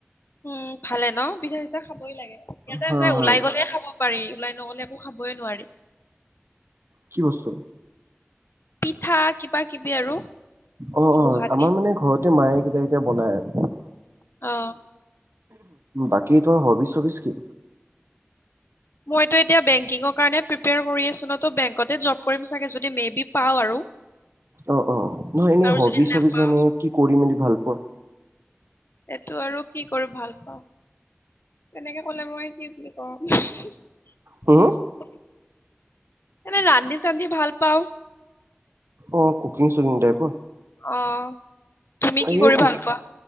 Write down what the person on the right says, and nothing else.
হা
হা
কি বস্ত?
অ অ,
আমাৰ মানে ঘৰতে মায়ে কেতিয়াবা কেতিয়াবা বনাই আৰু।
বাকী তোমাৰ হবিচ - চবিচ কি?
অ অ, নহয় এনেই
হবিচ
হবিচ মানে কি কৰিম বুলি ভাল পোৱা?
হম
অ কুকিং চুকিং টাইপ।
এই
কুকিং